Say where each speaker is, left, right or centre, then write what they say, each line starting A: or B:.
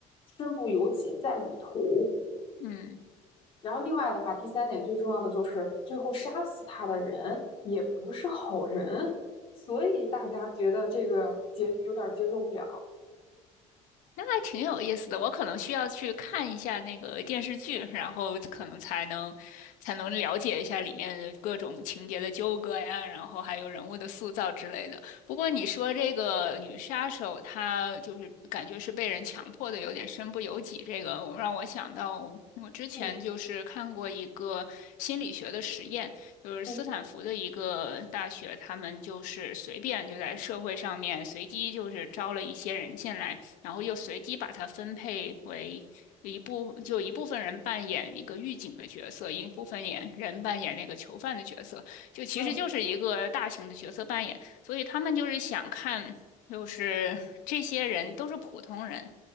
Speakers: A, on the left; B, on the left.
A: 身不由己在里头。
B: 嗯。
A: 然后另外的话，第三点最重要的就是最后杀死他的人也不是好人，所以大家觉得这个结局有点接受不了。
B: 那还挺有意思的，我可能需要去看一下那个电视剧，然后可能才能才能了解一下里面各种情节的纠葛呀，然后还有人物的塑造之类的。不过你说这个女杀手，她就是感觉是被人强迫的，有点身不由己。这个我让我想到，我之前就是看过一个心理学的实验，
A: 嗯
B: 就是斯坦福的一个大学，
A: 嗯
B: 他们就是随便就在社会上面随机就是招了一些人进来。然后又随机把它分配为一部，就一部分人扮演一个狱警的角色，一部分演人扮演那个囚犯的角色，就其实就是一个大型的角色扮演，
A: 嗯，
B: 所以他们就是想看，就是这些人都是普通人，